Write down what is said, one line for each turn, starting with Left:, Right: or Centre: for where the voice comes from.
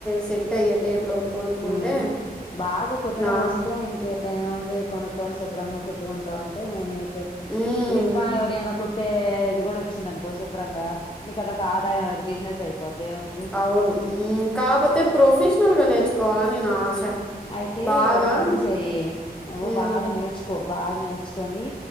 Centre: సెట్ అయ్యే టేబుల్ ఒకటి కొనుక్కుంటే.
Left: ఉమ్ బాగా కుట్టడం
Centre: నా
Left: వస్తే ఇంకేముంది. దే కొనుక్కొని శుభ్రంగా కుట్టుకుంటుంటే నీకు
Centre: ఉమ్
Left: ఇంకా ఎవరైనా కుట్. అదే ఇది కూడా వచ్చిందనుకో శుభ్రంగా నీకు అదొక ఆదాయం అదొక బిజినెస్ అయిపోద్ది ఏముంది.
Centre: అవును ఉమ్ కాకపోతే ప్రొఫెషనల్ గా నేర్చుకోవాలని నా ఆశ.
Left: అయితే
Centre: బాగా
Left: ఒక పని చెయ్యి నువ్వు
Centre: ఉమ్
Left: బాగా నేర్చుకో. బాగా నేర్చుకొని